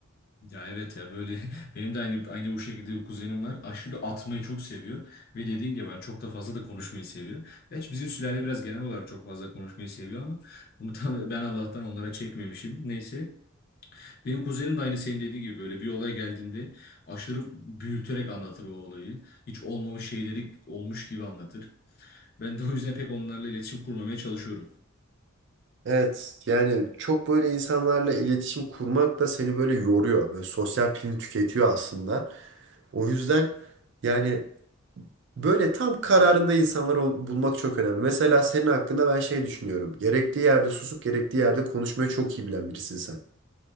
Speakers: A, on the left (about 45°); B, on the right (about 60°).
A: Ya evet ya böyle <laughs> benim de aynı aynı bu şekilde bir kuzenim var. Aşırı atmayı çok seviyor ve dediğin gibi ben çok da fazla da konuşmayı seviyor. Gerçi bizim sülale biraz genel olarak çok fazla konuşmayı seviyor ama bunu da <laughs> ben Allah'tan onlara çekmemişim. Neyse. Benim kuzenim de aynı senin dediğin gibi böyle bir olay geldiğinde aşırı büyüterek anlatır o olayı. Hiç olmamış şeyleri olmuş gibi anlatır. Ben de o yüzden pek onlarla iletişim kurmamaya çalışıyorum.
B: Evet yani çok böyle insanlarla iletişim kurmak da seni böyle yoruyor. Böyle sosyal pilini tüketiyor aslında. O yüzden yani böyle tam kararında insanları ol- bulmak çok önemli. Mesela senin hakkında ben şey düşünüyorum. Gerektiği yerde susup gerektiği yerde konuşmayı çok iyi bilen birisin sen.